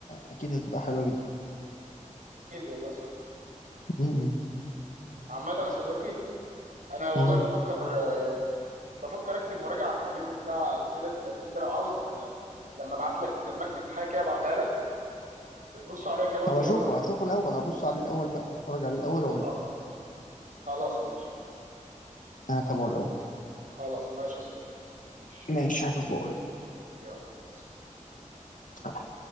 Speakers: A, on the left; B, on the right.
A: اكيد هتبقى حلوه جدا
B: اكيد والله صح
A: م-
B: عامه يا صديقي انا والله
A: م- م.
B: بفكر آه، بفكر اكتب مراجعه عن الفيلم بتاع الفيل الازرق اتنين ده لو عاوز لما ابعت لك لما اكتب حاجه كده ابعتها لك بص عليها كده برضه
A: طب اشوفه
B: قول لي رايك
A: هشوفه الاول هبص عليه الاول بقى هتفرج عليه الاول
B: خلاص
A: واقول
B: خلاص ماشي
A: انا هتابعه الاول
B: خلاص ماشي يا صديقي ماشي
A: ماشي هشوفه واقول
B: يلا سلام
A: يلا.